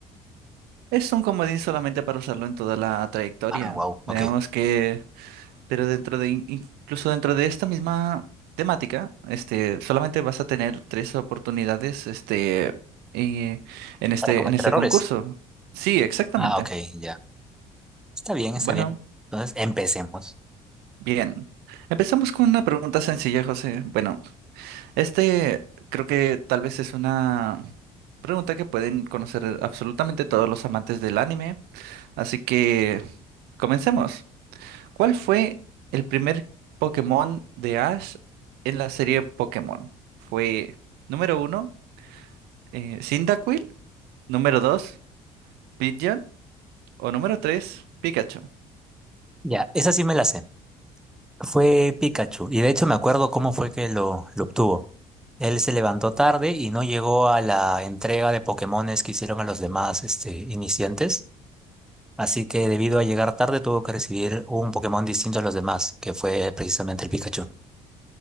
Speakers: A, on the right (about 65°); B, in the centre.
A: Es un comodín solamente para usarlo en toda la trayectoria.
B: Ah, wow,
A: Vemos
B: ok.
A: que, pero dentro de, in- incluso dentro de esta misma temática, este, solamente vas a tener tres oportunidades, este, eh, en este,
B: Para cometer
A: en este
B: errores.
A: concurso. Sí, exactamente.
B: Ah, ok, ya. Está bien,
A: Bueno,
B: está bien. Entonces, empecemos.
A: bien. Empezamos con una pregunta sencilla, José. Bueno, este creo que tal vez es una pregunta que pueden conocer absolutamente todos los amantes del anime, así que comencemos. ¿Cuál fue el primer Pokémon de Ash en la serie Pokémon? ¿Fue número uno, eh, Cyndaquil, número dos, Pidgeon o número tres, Pikachu?
B: Ya, esa sí me la sé. Fue Pikachu y de hecho me acuerdo cómo fue que lo, lo obtuvo. Él se levantó tarde y no llegó a la entrega de Pokémones que hicieron a los demás este, iniciantes. Así que debido a llegar tarde tuvo que recibir un Pokémon distinto a los demás, que fue precisamente el Pikachu.